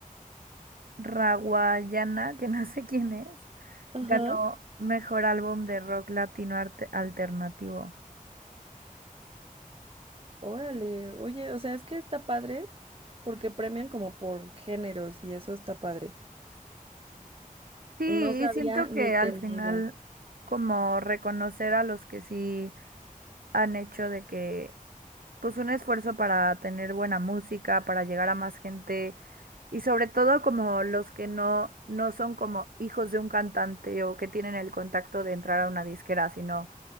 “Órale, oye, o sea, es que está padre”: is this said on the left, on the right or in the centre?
Right